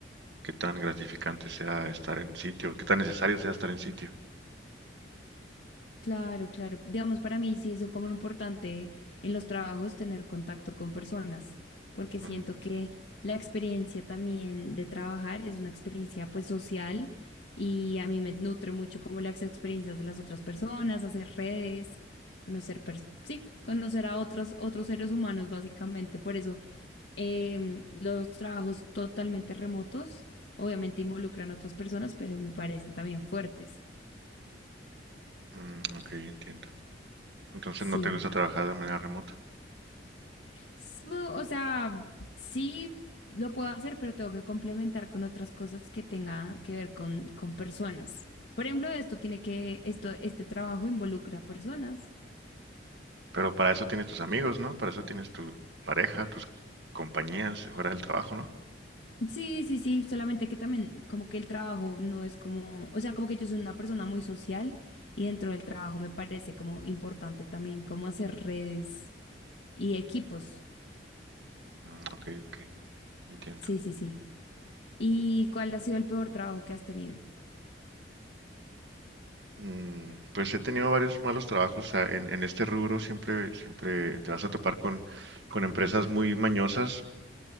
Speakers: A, on the right; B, on the left.
A: qué tan gratificante sea estar en sitio, qué tan necesario sea estar en sitio.
B: Claro, claro. Digamos, para mí sí es como importante en los trabajos tener contacto con personas, porque siento
A: Ujú.
B: que la experiencia también de trabajar es una experiencia pues social y a mí me nutre mucho como las experiencias de las otras personas, hacer redes, conocer, pers- sí, conocer a otras, otros seres humanos básicamente. Por eso em, los trabajos totalmente remotos obviamente involucran a otras personas, pero me parecen también fuertes.
A: Mm, ok, entiendo. Entonces
B: Sí.
A: no te gusta trabajar de manera remota,
B: S- bu- O sea, sí lo puedo hacer, pero tengo que complementar con otras cosas que tenga que ver con, con personas. Por ejemplo, esto tiene que, esto, este trabajo involucra a personas.
A: pero para eso tienes tus amigos, ¿no? Para eso tienes tu pareja, tus compañías eh, fuera del trabajo, ¿no?
B: Sí, sí, sí, solamente que también como que el trabajo no es como, o sea, como que yo soy una persona muy social y dentro del trabajo me parece como importante también como hacer redes y equipos.
A: Mm, ok, ok, entiendo.
B: Sí, sí, sí. ¿Y cuál ha sido el peor trabajo que has tenido?
A: Mm, pues he tenido varios malos trabajos, o sea, en, en este rubro siempre, siempre te vas a topar con, con empresas muy mañosas